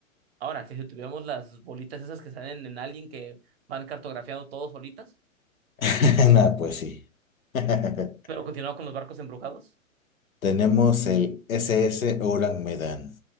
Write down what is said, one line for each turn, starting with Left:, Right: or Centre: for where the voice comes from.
Right: Ahora, que si tuviéramos las bolitas esas que salen en Alien que van cartografiando todo solitas.
Left: <laughs> Nada, pues sí. <laughs>
Right: Pero continuaba con los barcos embrujados.
Left: Tenemos el S S Orang Medan.